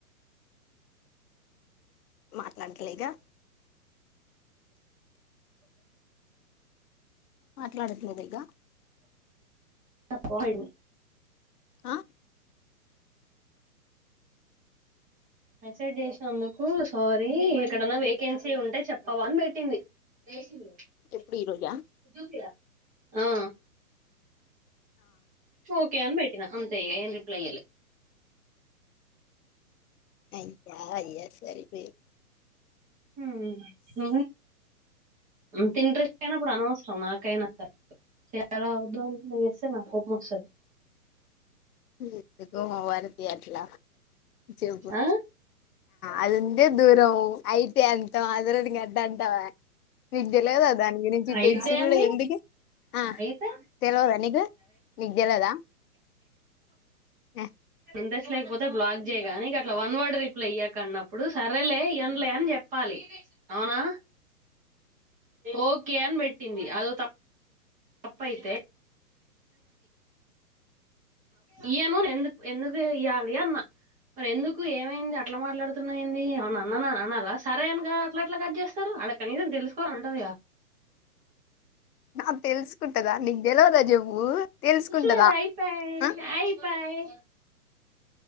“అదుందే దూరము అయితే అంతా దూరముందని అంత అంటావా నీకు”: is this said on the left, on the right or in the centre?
Left